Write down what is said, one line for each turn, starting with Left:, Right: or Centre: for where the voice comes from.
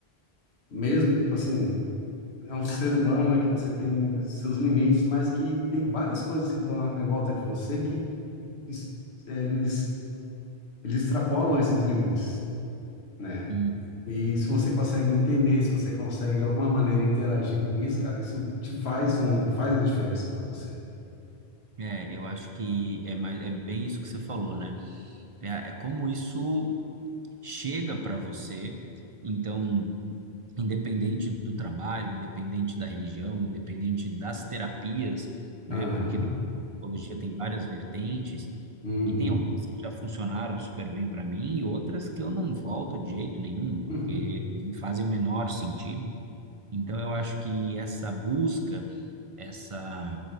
Left: mesmo, assim, é um ser humano, que você tem seus limites, mas que tem várias coisas que estão em volta de você que es- eles, eles extrapolam esses limites. né?
Right: Hum.
Left: E se você consegue entender, se você consegue de alguma maneira interagir com isso, cara, isso te faz um, faz a diferença para você.
Right: É, eu acho que é, mais, é bem isso que você falou, né? É, é como isso chega para você. Então, independente do trabalho, independente da religião, independente das terapias, né?
Left: Aham.
Right: Porque a psicologia tem várias vertentes
Left: Uhum.
Right: e tem algumas que já funcionaram super bem para mim e outras que eu não volto de jeito nenhum, porque
Left: <laughs>
Right: não fazem o menor sentido. Então, eu acho que essa busca essa